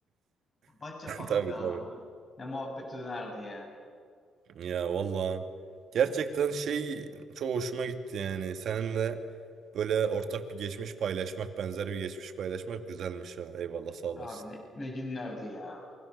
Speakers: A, on the left (about 35°); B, on the right (about 65°).
A: Maç yapalım
B: Tabii
A: falan
B: tabii.
A: abi. Ne muhabbeti dönerdi ya.
B: Ya valla gerçekten şey çok hoşuma gitti yani seninle böyle ortak bir geçmiş paylaşmak benzer bir geçmiş paylaşmak güzelmiş ha eyvallah sağ olasın.
A: Abi ne, ne günlerdi ya.